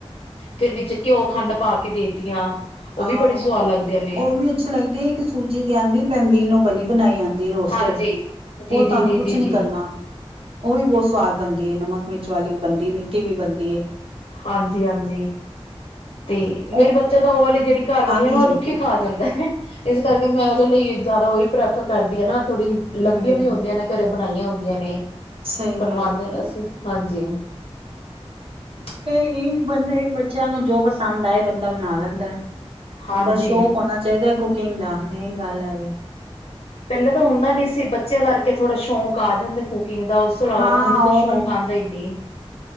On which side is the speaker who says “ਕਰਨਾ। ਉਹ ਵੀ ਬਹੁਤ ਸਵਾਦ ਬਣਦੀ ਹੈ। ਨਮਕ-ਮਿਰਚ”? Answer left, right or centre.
Right